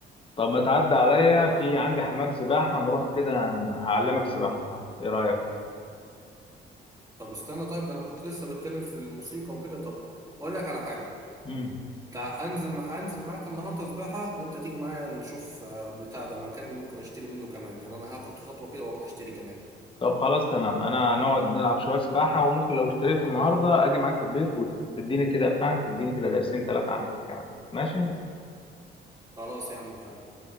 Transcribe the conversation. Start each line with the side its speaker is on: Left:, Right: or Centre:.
Left: طب ما تعدي عليا
Right: قول معاه
Left: في عندي حمام سباحة نروح كده هن- هعلمك سباحة النهاردة إيه رأيك؟
Right: طب استنى طيب ده انا كنت لسه بتكلم في الموسيقى وكده طب اقول لك على حاجه
Left: امم
Right: تع انزل مع انزل معاك النهارده سباحه وانت تيجي معايا نشوف آه، بتاع ده مكان ممكن اشتري منه كمان يعني انا هاخد خطوه كده واروح اشتري كمان
Left: طب خلاص تمام أنا هنقعد نلعب شوية سباحة وممكن لو اشتريته النهاردة أجي معاك البيت وتديني كده فاهم تديني كده درسين تلاتة عن الكلام ماشي؟
Right: خلاص يا عم تعالى